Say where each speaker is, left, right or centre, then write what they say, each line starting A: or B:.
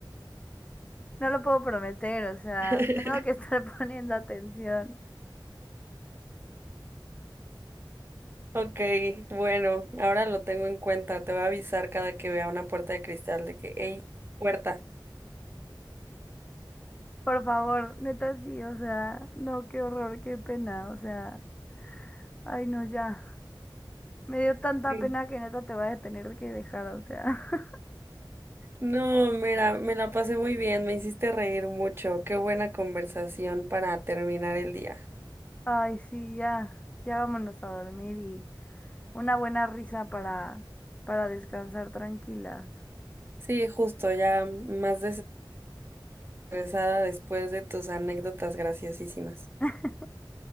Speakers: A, on the left (about 15°); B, on the right (about 30°).
A: No lo puedo prometer, o sea,
B: <laughs>
A: tengo que estar <laughs> poniendo atención.
B: Ok, bueno, ahora lo tengo en cuenta. Te voy a avisar cada que vea una puerta de cristal de que, hey, puerta.
A: Por favor, neta sí, o sea, no, qué horror, qué pena, o sea, ay no, ya. Me dio tanta
B: Sí.
A: pena que neta te voy a tener que dejar, o sea. <laughs>
B: No, mira, me la pasé muy bien, me hiciste reír mucho. Qué buena conversación para terminar el día.
A: Ay, sí, ya, ya vámonos a dormir y una buena risa para, para descansar tranquilas.
B: Sí, justo, ya más desestresada después de tus anécdotas graciosísimas.
A: <laughs>